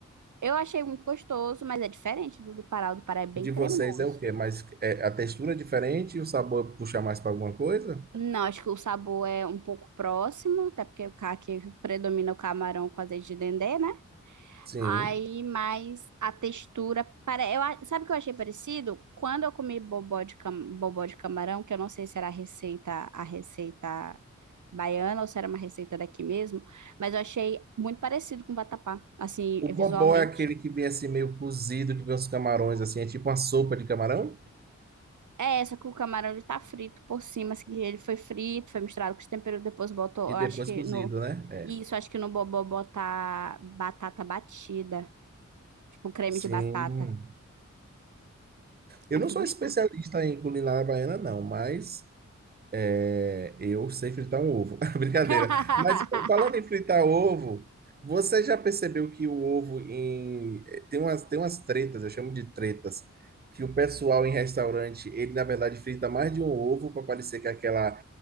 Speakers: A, on the right; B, on the right.
A: Eu achei muito gostoso, mas é diferente do do Pará. O do Pará é bem
B: De
A: cremoso.
B: vocês é o quê? Mas é, a textura é diferente e o sabor puxa mais para alguma coisa?
A: Não, acho que o sabor é um pouco próximo, até porque o caqui predomina o camarão com azeite de dendê, né?
B: Sim.
A: Aí, mas a textura, para eu, a- sabe o que eu achei parecido? Quando eu comi bobó de, cam- bobó de camarão, que eu não sei se era a receita, a receita baiana ou se era uma receita daqui mesmo, mas eu achei muito parecido com vatapá, assim,
B: O bobó
A: visualmente.
B: é aquele que vem assim meio cozido, que vem os camarões assim, é tipo uma sopa de camarão
A: É só que o camarão ele tá frito por cima, assim, ele foi frito, foi misturado com os temperos, depois botou,
B: e
A: eu
B: depois
A: acho que
B: cozido,
A: no
B: né? É.
A: isso, acho que no bobó botar batata batida, tipo um creme
B: Sim.
A: de batata.
B: Eu
A: É
B: não
A: muito
B: sou
A: gostoso.
B: especialista em culinária baiana, não, mas É, Eu sei fritar um ovo. <laughs> Brincadeira.
A: <laughs>
B: Mas falando em fritar ovo, você já percebeu que o ovo em... eh, tem umas, tem umas tretas, eu chamo de tretas, que o pessoal em restaurante, ele na verdade frita mais de um ovo para parecer que é aquela